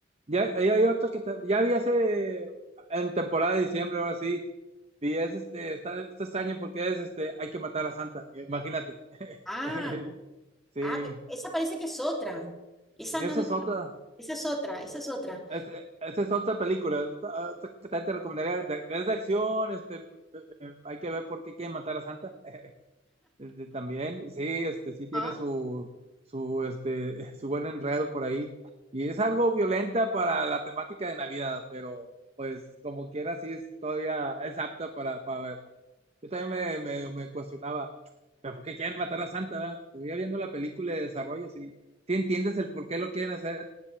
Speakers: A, on the right (about 35°); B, in the centre.
A: ya, ya hay otra que ta- ya vi hace en temporada de diciembre, ahora sí. Y es este, está, está extraño porque es este, hay que matar a Santa, imagínate.
B: Ah.
A: <laughs> Sí,
B: Ah, pe- esa parece que es otra. Esa
A: esa
B: no, la-
A: es otra,
B: esa es otra, esa es otra.
A: este, esa es otra película, esta- esta que también te recomendaría, de- es de acción, este, eh, hay que ver por qué quieren matar a Santa. Este, también, sí, este, sí tiene
B: Ah,
A: su, su, este, <laughs> su buen enredo por ahí. Y es algo violenta para la temática de Navidad, pero pues como quiera, sí es todavía, es apta para, para verla. Yo también me, me, me cuestionaba, ¿pero por qué quieren matar a Santa, verdad? Pero ya viendo la película de desarrollo, sí, sí entiendes el por qué lo quieren hacer,